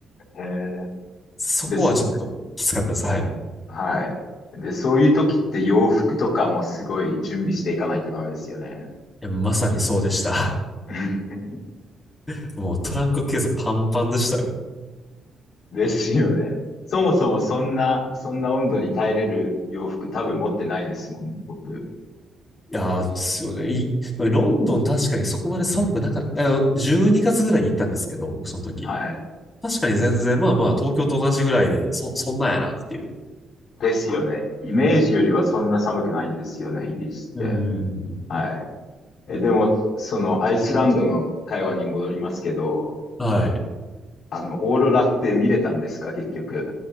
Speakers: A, on the left; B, on the left.
A: へえ
B: そこはちょっときつかったです。
A: ー。です。
B: はい。
A: はい。で、そういう時って洋服とかもすごい準備していかないとダメですよね。
B: えまさにそうでした。
A: <laughs>
B: <laughs> もうトランクケースパンパンでしたよ。
A: ですよね。そもそもそんな、そんな温度に耐えれる洋服多分持ってないですもん、僕。
B: いやーですよね。い、でもロンドン確かにそこまで寒くなかった。あの、12月ぐらいに行ったんですけど、僕その時。
A: はい。
B: 確かに全然、まあまあ、東京と同じぐらいで、そ、そんなんやなっていう。
A: ですよね。イメージよりはそんな寒くないんですよね、イギリスって。
B: うん。
A: はい。え、でも、そのアイスランドの会話に戻りますけど、
B: はい。
A: あの、オーロラって見れたんですか、結局。